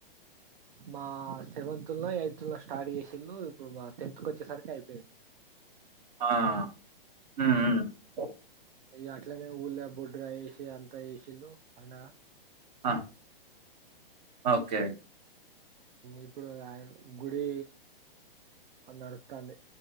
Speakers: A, on the right; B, on the right.
A: మా సెవెంత్ లో ఎయిత్ లో స్టార్ట్ చేసళు ఇప్పుడు మా తకొచ్చే సార్కే అయిపోయింది
B: ఆమ్
A: ఇ అట్లనే ఊళ బొడ్రా వేసి అంతా వసిళు అండగా
B: ఆ ఓకే
A: ఇప్పుడు ఆయ గుడి నడుస్తుంది